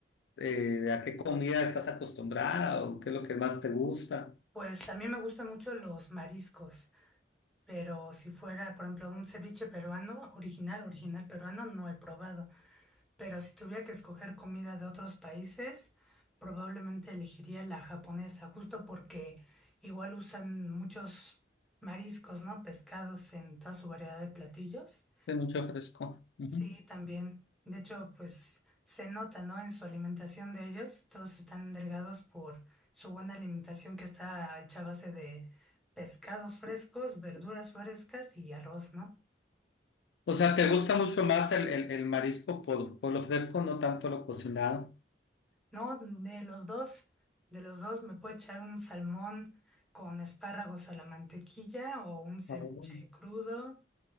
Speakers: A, on the left; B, in the centre.
A: eh, a qué comida estás acostumbrada o qué es lo que más te gusta?
B: Pues a mí me gustan mucho los mariscos, pero si fuera, por ejemplo, un ceviche peruano, original, original peruano, no he probado. Pero si tuviera que escoger comida de otros países, probablemente elegiría la japonesa, justo porque igual usan muchos mariscos, ¿no? Pescados en toda su variedad de platillos.
A: Es mucho fresco. Ujú.
B: Sí, también. De hecho, pues se nota, ¿no? En su alimentación de ellos, todos están delgados por su buena alimentación que está hecha a base de pescados frescos, verduras frescas y arroz, ¿no?
A: O sea, ¿te gusta mucho más el, el- el marisco por, por lo fresco, no tanto lo cocinado?
B: No, de los dos, de los dos me puedo echar un salmón con espárragos a la mantequilla o un ceviche
A: Ah, bueno.
B: crudo